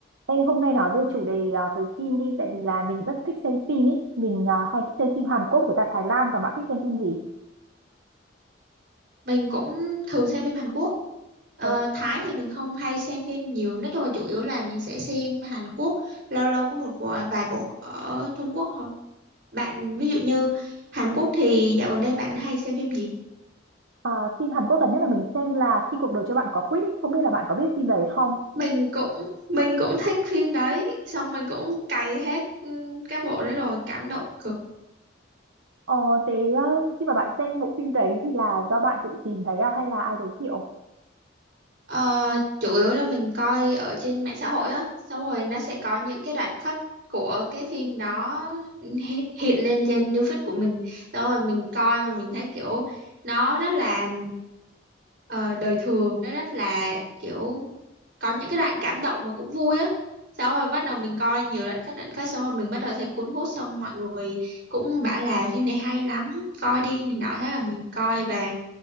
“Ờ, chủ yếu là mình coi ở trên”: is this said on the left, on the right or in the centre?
Right